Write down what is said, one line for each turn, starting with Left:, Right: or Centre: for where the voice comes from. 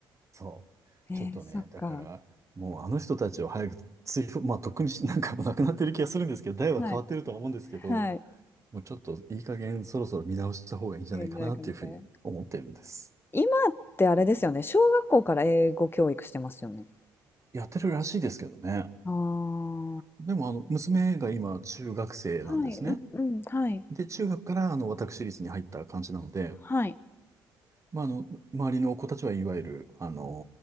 Right: そう。
Left: ええ、
Right: ちょっとね、
Left: そっか。
Right: だから、もうあの人たちを早く追放、まあ、とっくにし <laughs> なんかもうなくなってる気がするんですけど、代は変わってるとは思うんですけど、
Left: はい、はい。
Right: もうちょっといい加減そろそろ見直した方がいいんじゃないかなっていうふうに思ってるんです。
Left: ええ、じゃあ、関係今ってあれですよね、小学校から英語教育してますよね。
Right: やってるらしいですけどね。
Left: ああ、
Right: でも、あの、娘が今、中学生なんですね。
Left: はい、うんうん、はい、
Right: で、中学から、あの、私立に入った感じなので、
Left: はい。
Right: まあ、あの、周りの子たちはいわゆる、あの